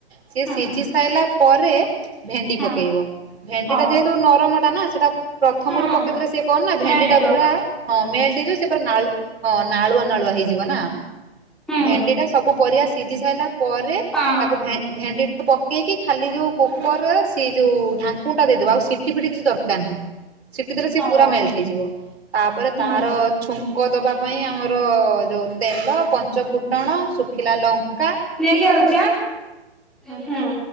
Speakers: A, on the right (about 75°); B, in the centre.
A: ସିଏ
B: ହୁଁ
A: ସିଝି ସାରିଲା ପରେ ଭେଣ୍ଡି
B: ହୁଁ
A: ପକେଇବ ଭେଣ୍ଡିଟା
B: ଓହୋ
A: ଯେହେତୁ ନରମଟା ନା ସେଟା ପ୍ରଥମରୁ
B: ହୁଁ ହୁଁ
A: ପକେଇଦେଲେ ସେ କଣ ନା ଭେଣ୍ଡିଟା
B: ମେଲ୍ଟ ହେଇଯିବ
A: ପୁରା ହଁ ମେଲଟ ହେଇଯିବ ସେ ପୁରା ନାଳୁ ହଁ ନାଳୁଆ ନାଳୁଆ ହେଇଯିବ ନା
B: ହୁଁ।
A: ଭେଣ୍ଡିଟା ସବୁ ପରିବା ସିଝି ସାରିଲା ପରେ।
B: ହଁ
A: ତାକୁ ଭେ ଭେଣ୍ଡି ପକେଇକି ଖାଲି ଯୋଉ କୁକର ସେ ଯୋଉ ଢାଙ୍କୁଣିଟା ଦେଇଦବ, ଆଉ ସିଟି ଫିଟି କିଛି ଦରକାର ନାହିଁ। ସିଟି ଦେଲେ ସିଏ
B: ହଁ
A: ପୁରା ମେଲଟ ହେଇଯିବ। ତାପରେ ତାର
B: ହୁଁ
A: ଛୁଙ୍କ ଦବା ପାଇଁ ଆମର ଯୋଉ ତେଲ ପଞ୍ଚ ଫୁଟଣ, ଶୁଖିଲା ଲଙ୍କା।
B: ନେଇକି ଆଉଛି ହାଁ ଉଁ, ହୁଁ।